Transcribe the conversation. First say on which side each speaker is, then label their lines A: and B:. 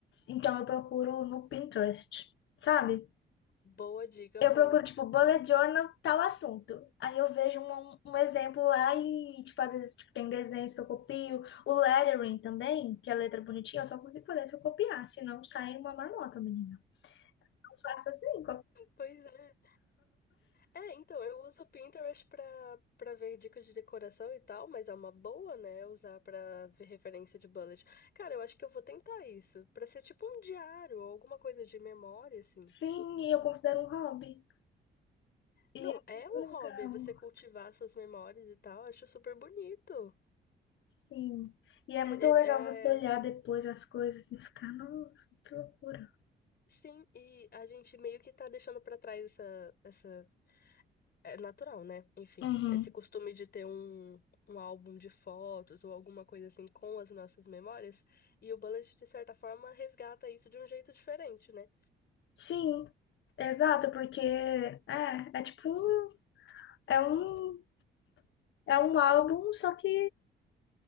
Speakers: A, on the left; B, on the left.
A: Então eu procuro no Pinterest, sabe?
B: Boa dica,
A: Eu
B: aham.
A: procuro, tipo, bullet journal, tal assunto. Aí eu vejo um, um um exemplo lá e, tipo, às vezes tipo, tem desenhos que eu copio. O lettering também, que é a letra bonitinha, eu só consigo fazer se eu copiar, senão sai uma marmota, menina. Eu faço assim,
B: Pois é. É, então, eu uso o Pinterest pra, pra ver dicas de decoração e tal, mas é uma boa, né, usar pra ver referência de bullet. Cara, eu acho que eu vou tentar isso, pra ser tipo um diário ou alguma coisa de memória, assim.
A: Sim, e eu considero um hobby. E
B: Não,
A: é
B: é
A: muito
B: um
A: legal.
B: hobby você cultivar suas memórias e tal, acho super bonito.
A: Sim. E é
B: É,
A: muito
B: é, é-
A: legal você olhar depois as coisas e ficar, nossa, que loucura.
B: Sim, e a gente meio que tá deixando pra trás essa, É natural, né? Enfim,
A: Uhum.
B: esse costume de ter um, um álbum de fotos ou alguma coisa assim com as nossas memórias, e o Bullet, de certa forma, resgata isso de um jeito diferente, né?
A: Sim, exato, porque é, é tipo um, é um, é um álbum, só que